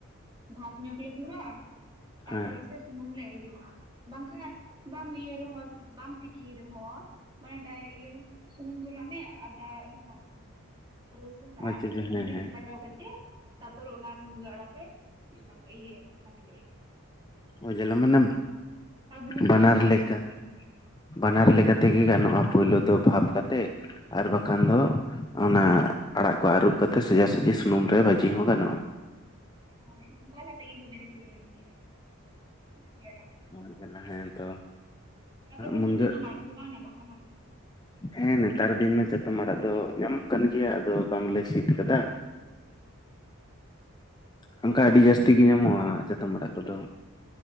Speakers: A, on the right (about 20°); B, on the left (about 20°).
A: ᱵᱷᱟᱯ ᱧᱚᱜ ᱞᱮ ᱛᱷᱚᱲᱟ ᱛᱟᱯᱚᱨᱮ᱾
B: ᱦᱮᱸ
A: ᱥᱮ ᱥᱩᱱᱩᱢ ᱞᱮ ᱤᱭᱟᱹᱣ ᱟᱜ-ᱟ ᱵᱟᱝᱠᱷᱟ ᱵᱟᱢ ᱤᱭᱟᱹᱭ ᱨᱮᱦᱚᱸ ᱵᱟᱢ ᱛᱤᱠᱤᱭ ᱨᱮᱦᱚᱸ᱾ ᱢᱟᱱᱮ ᱰᱟᱭᱨᱮ ᱤᱭᱟᱹ ᱥᱩᱱᱩᱢ ᱫᱩᱞᱟᱜ ᱢᱮ ᱟᱫᱟ ᱢᱮᱥᱟ ᱟᱜ ᱢᱮ ᱱᱤᱛᱟᱹᱜ᱾ ᱨᱟᱹᱥᱩᱱ
B: ᱟᱪᱪᱷᱟ
A: ᱟᱨ
B: ᱟᱪᱪᱷᱟ ᱦᱮᱸ
A: ᱢᱟᱹᱨᱤᱪ
B: ᱦᱮᱸ
A: ᱞᱟᱜᱟᱣ ᱠᱟᱛᱮᱜ᱾ ᱛᱟᱯᱚᱨᱮ ᱚᱱᱟ ᱢᱩᱱᱜᱟᱹ ᱟᱲᱟᱜ ᱞᱮ ᱚᱱᱟ ᱜᱮ ᱤᱭᱟᱹᱭ-ᱟ ᱠᱷᱟᱫᱞᱮᱭᱟ᱾
B: ᱚ ᱡᱟᱞᱮ ᱢᱟᱱᱮ
A: ᱟᱨ ᱵᱩᱞᱩᱝ
B: ᱵᱟᱱᱟᱨ
A: ᱠᱚ ᱞᱟᱜᱟᱣ
B: ᱞᱮᱠᱟ᱾
A: ᱢᱮ
B: ᱵᱟᱱᱟᱨ ᱞᱮᱠᱟ ᱛᱮᱜᱮ ᱜᱟᱱᱚᱜ-ᱟ ᱯᱳᱭᱞᱳ ᱫᱚ ᱵᱷᱟᱵᱽ ᱠᱟᱛᱮᱜ᱾ ᱟᱨ ᱵᱟᱠᱷᱟᱱ ᱫᱚ ᱚᱱᱟ ᱟᱲᱟᱜ ᱠᱚ ᱟᱨᱩᱵ ᱠᱟᱛᱮ ᱥᱚᱡᱟ-ᱥᱩᱡᱤ ᱥᱩᱱᱩᱢ ᱨᱮ ᱵᱷᱟᱡᱤ ᱦᱚᱸ ᱜᱟᱱᱚᱜ-ᱟ᱾
A: ᱦᱚᱭ ᱚᱝᱠᱟ ᱠᱟᱛᱮ ᱜᱮᱛᱚ ᱵᱮᱥᱨᱮ ᱮᱢ ᱜᱮᱭᱟᱭ᱾ <unintelligible>
B: ᱦᱳᱭ ᱠᱟᱱᱟ ᱦᱮᱸ ᱛᱚ᱾
A: ᱟᱯᱮ ᱥᱮᱱ
B: ᱢᱩᱱᱜᱟᱹ
A: ᱫᱚ ᱪᱟᱛᱚᱢ ᱟᱲᱟᱜ ᱠᱚᱫᱚ ᱵᱟᱝ ᱧᱟᱢᱚᱜ ᱠᱟᱱᱟ?
B: ᱦᱮᱸ ᱱᱮᱛᱟᱨ ᱫᱤᱱ ᱢᱟ ᱪᱟᱛᱚᱢ ᱟᱲᱟᱜ ᱫᱚ ᱧᱟᱢᱚᱜ ᱠᱟᱱ ᱜᱮᱭᱟ ᱟᱫᱚ ᱵᱟᱝᱞᱮ ᱥᱤᱫ ᱠᱟᱫᱟ᱾ ᱚᱝᱠᱟ ᱟᱰᱤ
A: ᱟᱨ
B: ᱡᱟᱥᱛᱤ
A: ᱩᱫ ᱠᱚᱫᱚ
B: ᱜᱮ ᱧᱟᱢᱚᱜ-ᱟ
A: ᱧᱟᱢᱚᱜ ᱠᱟᱱᱟ
B: ᱪᱟᱛᱚᱢ
A: ᱥᱮ ᱵᱟᱝ
B: ᱟᱲᱟᱜ ᱠᱚᱫᱚ᱾